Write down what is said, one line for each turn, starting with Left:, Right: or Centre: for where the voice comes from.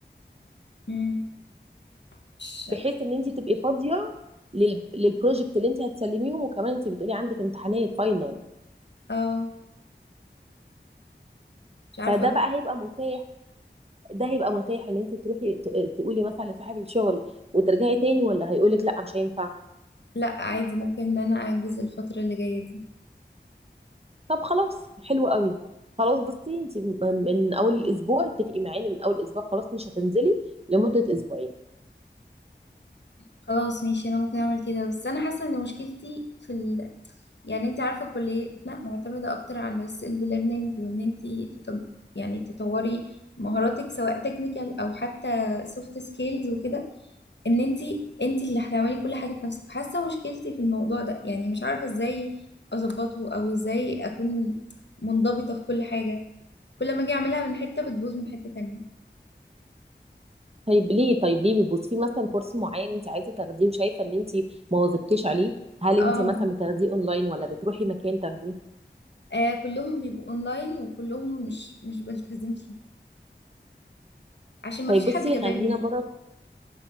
Left: امم مش
Right: بحيث ان انت تبقي فاضيه لل... للبروجكت اللي انت هتسلميهم وكمان انت بتقولي عندك امتحانات فاينل
Left: اه مش عارفة
Right: فده بقى هيبقى متاح ده هيبقى متاح ان انت تروحي ت- تقولي مثلا لصاحب الشغل وترجعي تاني ولا هيقولك لا مش هينفع
Left: لا عادي ممكن ان انا ااجز الفترة اللي جاية دي
Right: طب خلاص حلو قوي خلاص بصي انت من اول الاسبوع اتفقي معانا من اول اسبوع خلاص مش هتنزلي لمده اسبوعين
Left: خلاص ماشي انا ممكن اعمل كده بس انا حاسه ان مشكلتي في ال... يعني انت عارفه كليتنا معتمده اكتر على السيلف ليرنينج وان انت تت... يعني تطوري مهاراتك سواء تكنيكال او حتى سوفت سكيلز وكده ان انت انت اللي هتعملي كل حاجه في نفسك فحاسه مشكلتي في الموضوع ده يعني مش عارفه ازاي اظبطه او ازاي اكون منضبطه في كل حاجه كل ما اجي اعملها من حته بتبوظ من حته تانية
Right: طيب ليه طيب ليه بيبص في مثلا كورس معين انت عايزه تاخديه وشايفه ان انت ما واظبتيش عليه هل
Left: اه
Right: انت مثلا بتاخديه اونلاين ولا بتروحي مكان تاخديه
Left: آه كلهم بيبقوا اونلاين وكلهم مش مش بلتزم عشان ما
Right: طيب
Left: فيش
Right: بصي
Left: حد جابرني
Right: خلينا بره